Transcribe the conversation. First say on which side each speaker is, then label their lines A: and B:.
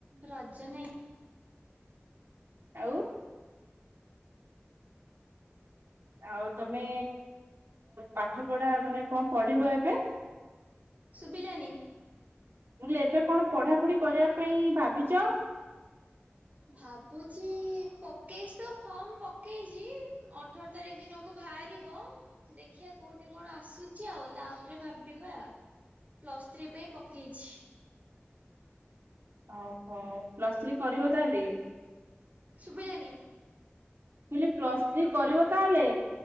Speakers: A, on the right; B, on the right.
A: ରଜ ନାଇଁ।
B: ଆଉ ଆଉ, ତମେ ପାଠ ପଢା ମାନେ କଣ ପଢିବ, ଏବେ। ମୁଁ,
A: ଶୁଭିଲାନି।
B: ଏବେ କଣ, ପଢାପଢି କରିବା ପାଇଁ ଭାବିଛ।
A: ଭାବୁଛି ପକେଇଛି, ତ ଫର୍ମ ପକେଇଛି, ଅଠର ତାରିଖ ଦିନକୁ ବାହାରିବ, ଦେଖିବା କୋଉଠି କଣ ଆସୁଛି, ଆଉ ତାପରେ ଭାବିବା, ପ୍ଲସ ଥ୍ରୀ ପାଇଁ ପକେଇଛି।
B: ଓହୋ, ପ୍ଲସ୍ ଥ୍ରି କରିବ ତାହେଲେ, ମୁଁ
A: ଶୁଭିଲାନି
B: କହିଲି, ପ୍ଲସ ଥ୍ରି କରିବ ତାହେଲେ।